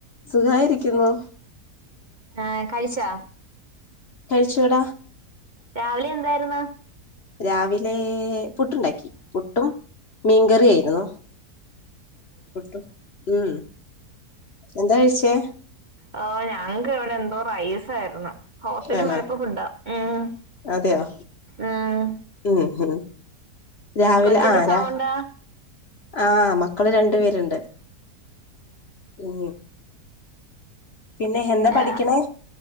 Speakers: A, on the left; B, on the right.
A: സുഖായിരിക്കുന്നു
B: ആഹ് കഴിച്ചാ
A: കഴിച്ചോട
B: രാവിലെ എന്തായിരുന്ന്
A: രാവിലെ പുട്ടുണ്ടാക്കി പുട്ടും മീൻകറിയായിരുന്നു പുട്ടും ഉം എന്താ കഴിച്ചേ
B: ആ ഞങ്ങ്ക്ക് ഇവിടെ എന്തോ റൈസായിരുന്നു ഹോസ്റ്റലും
A: ആണോ
B: മടുപ്പ് ഫുഡാ ഉം
A: അതെയോ
B: ഉം
A: ഉം ഹ് രാവിലെ
B: കൊച്ചിന്റെ
A: ആ
B: സൗണ്ടാ
A: രാ ആ മക്കള് രണ്ട് പേര്ണ്ട് ഉം പിന്നെ എന്താ പഠിക്കണേ
B: ആ